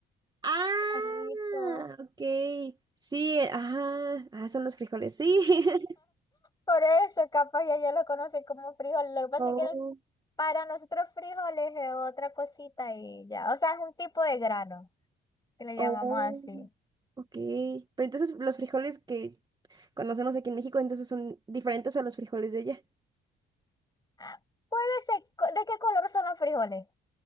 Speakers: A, on the right; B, on the left.
A: Ah,
B: Granitos.
A: ok. Sí, eh, ajá. Ah, son los frijoles, sí. <laughs>
B: Por eso, capaz ya, ya lo conocen como frijol. Lo que pasa
A: Oh,
B: es que los- para nosotros frijoles es otra cosita y ya. O sea, es un tipo de grano que le llamamos
A: oh,
B: así.
A: ok. Pero entonces los frijoles que conocemos aquí en México, entonces son diferentes a los frijoles de allá.
B: Ah, Puede ser, co- ¿de qué color son los frijoles?